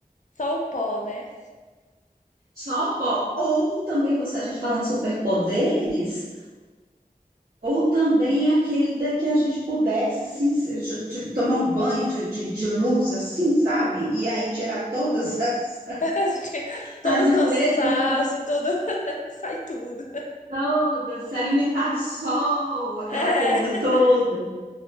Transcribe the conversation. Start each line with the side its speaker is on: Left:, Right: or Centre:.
Left: só o pó, né?
Right: só o pó. Ou também você, a gente falando de superpoderes. Ou também aquele da que a gente pudesse assim, se- t- tomar um banho de, de, de luz, assim, sabe? E aí tirar todas <laughs> as,
Left: <laughs> Todo
Right: as
Left: o
Right: impurezas
Left: cansaço, tudo <laughs> sai tudo.
Right: todas, se alimentar do sol, aquela
Left: É.
Right: coisa toda.